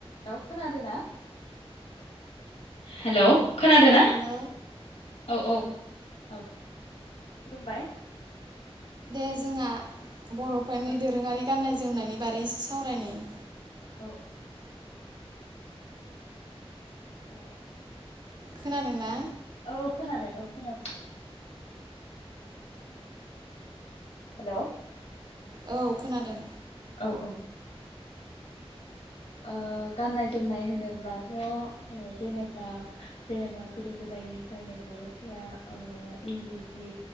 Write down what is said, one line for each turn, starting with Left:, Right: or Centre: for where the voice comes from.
Left: हेल खोनादों ना हेल खोनादोना?
Right: हेलौ
Left: औ औ औ। खुलुमबाय
Right: दे जोंहा बर'फोरनि
Left: औ
Right: दोरोङारि गाननाय जोमनायनि बारै एसे सावरायनायनि
Left: <inaudible> ओ
Right: खोनादोंना
Left: औ औ खोनादों औ मोनाबिलि <unintelligible> हेलौ।
Right: औ खोनादों।
Left: औ औ। ओ गाननाय जोमनाय होनोब्लाथ' जेनेबा जेनेबा गोदो गोदायनिफ्रायनो बर'फोरा ओ इन्दि जि